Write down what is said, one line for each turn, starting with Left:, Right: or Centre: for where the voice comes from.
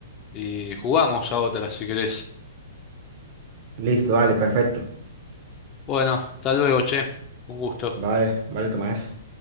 Left: y jugamos a otra si querés.
Right: Listo, vale, perfecto.
Left: Bueno, hasta luego, che. Un gusto.
Right: Vale, vale, Tomás.